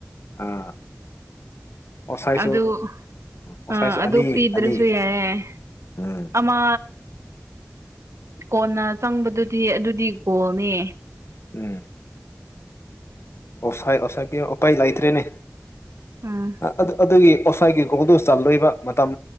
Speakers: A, on the left; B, on the right.
A: ꯑꯥ ꯑꯣꯁꯥꯏꯁꯨ
B: ꯑꯗꯨ
A: ꯑꯣꯁꯥꯏꯁꯨ
B: ꯑ ꯑꯗꯨ
A: ꯑꯅꯤ
B: ꯄꯤꯗ꯭ꯔꯁꯨ
A: ꯑꯅꯤ
B: ꯌꯥꯏꯑꯦ
A: ꯎꯝ
B: ꯑꯝꯃ ꯀꯣꯟꯅ ꯆꯪꯕꯗꯨꯗꯤ ꯑꯗꯨꯗꯤ ꯒꯣꯜꯅꯤ
A: ꯎꯝ ꯑꯣꯁꯥꯏ ꯑꯣꯁꯥꯏ ꯇꯤ ꯎꯄꯥꯏ ꯂꯩꯇ꯭ꯔꯦꯅꯦ
B: ꯎꯝ
A: ꯑꯗꯨ ꯑꯗꯨꯒꯤ ꯑꯣꯁꯋꯥꯏꯒꯤ ꯒꯣꯗꯨ ꯆꯜꯗꯣꯏꯕ ꯃꯇꯝ